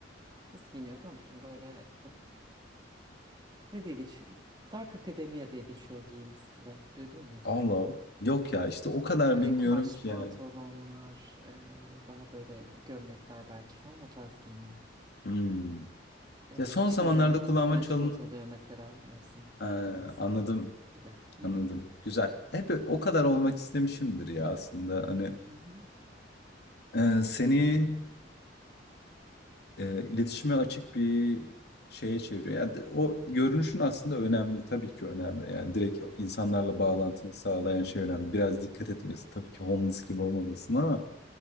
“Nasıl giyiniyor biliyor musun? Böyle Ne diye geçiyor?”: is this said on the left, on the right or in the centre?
Right